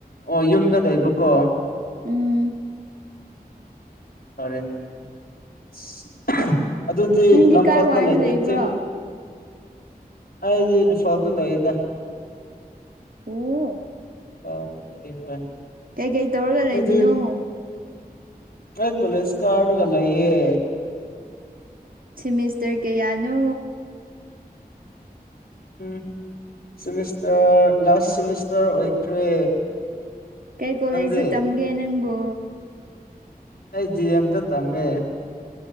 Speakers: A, on the left; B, on the right.
A: ꯑꯣ ꯌꯨꯝꯗ ꯂꯩꯕꯀꯣ
B: ꯎꯝ
A: ꯐꯔꯦꯅꯦ ꯏꯁ ꯑꯗꯨꯗꯤ
B: ꯅꯪꯗꯤ
A: ꯂꯝꯄꯥꯛꯇ
B: ꯀꯥꯏ ꯋꯥꯏꯗ
A: ꯂꯩꯇꯦ
B: ꯂꯩꯕ꯭ꯔꯣ
A: ꯆꯤꯡ ꯑꯩꯗꯤ ꯑꯁꯣꯜꯗ ꯂꯩꯗ
B: ꯑꯣ
A: <unintelligible>
B: ꯀꯩ ꯀꯩ ꯇꯧꯔꯒ
A: ꯑꯗꯨꯗꯤ
B: ꯂꯩꯕꯅꯣ
A: ꯑꯩ ꯀꯣꯂꯦꯁ ꯀꯥꯔꯒ ꯂꯩꯌꯦ
B: ꯁꯤꯃꯤꯁꯇꯔ ꯀꯌꯥꯅꯣ
A: ꯎꯝ ꯁꯤꯃꯤꯁꯇꯔ ꯂꯥꯁ ꯁꯤꯃꯤꯁꯇꯔ ꯑꯣꯏꯈ꯭ꯔꯦ
B: ꯀꯩ ꯀꯣꯂꯦꯖꯇ
A: ꯅꯪꯗꯤ
B: ꯇꯝꯒꯦ ꯅꯪꯕꯨ
A: ꯑꯩ ꯗꯤ ꯌꯦꯝ ꯗ ꯇꯝꯃꯦ